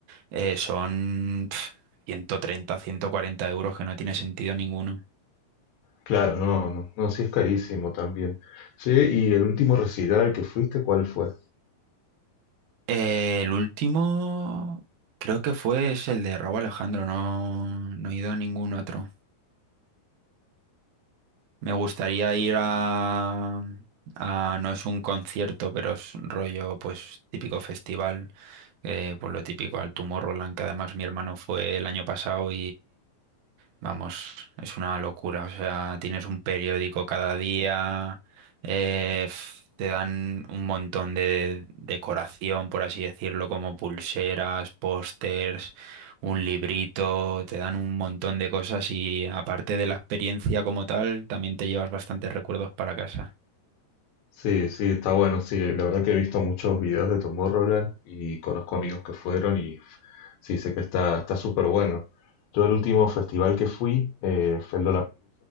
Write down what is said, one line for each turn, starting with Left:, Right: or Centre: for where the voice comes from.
Right: Eh, son pf, 130, 140 euros que no tiene sentido ninguno.
Left: Claro, no, no, no, sí es carísimo también. Sí, y el último recital al que fuiste, ¿cuál fue?
Right: Eh, el último creo que fue es el de Raúl Alejandro, no, no he ido a ningún otro. Me gustaría ir a, a- no es un concierto, pero es rollo pues típico festival, eh, por lo típico al Tomorrowland, que además mi hermano fue el año pasado Vamos, es una locura. O sea, tienes un periódico cada día, eh, f- te dan un montón de decoración, por así decirlo, como pulseras, pósters, un librito, te dan un montón de cosas y aparte de la experiencia como tal, también te llevas bastantes recuerdos para casa.
Left: Sí, sí, está bueno, sí, la verdad que he visto muchos videos de Tomorrowland y conozco amigos que fueron y sí, sé que está está súper bueno. Yo el último festival que fui eh, fue el